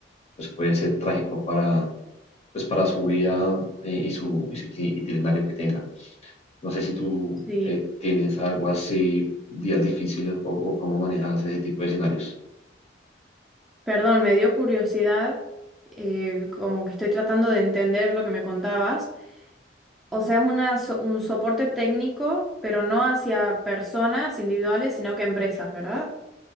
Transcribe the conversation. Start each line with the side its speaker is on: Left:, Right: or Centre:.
Left: pues puede ser trágico para pues para su vida eh, y su, y su iti- itinerario que tenga. No sé si tú
Centre: Sí,
Left: eh, tienes algo así, días difíciles o, o cómo manejas ese tipo de escenarios.
Centre: perdón, me dio curiosidad, eh, como que estoy tratando de entender lo que me contabas. O sea, es una, so- un soporte técnico, pero no hacia personas individuales, sino que empresas, ¿verdad?